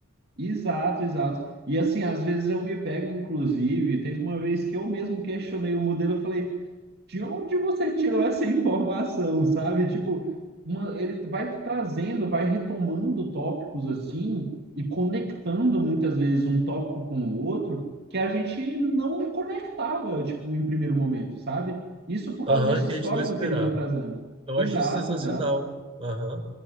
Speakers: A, on the right (about 50°); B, on the right (about 25°).
A: exato, exato. E assim, às vezes eu me pego, inclusive, teve uma vez que eu mesmo questionei o modelo, eu falei, de onde você tirou essa informação, sabe? Tipo, uma- ele vai trazendo, vai retomando tópicos assim e conectando muitas vezes um tópico com o outro que a gente não conectava, tipo, em primeiro momento, sabe? Isso por causa
B: Aham,
A: desse
B: que
A: histórico
B: a gente não esperava.
A: que ele vai trazendo.
B: Eu
A: Exato,
B: acho isso sensacional.
A: exato.
B: Aham.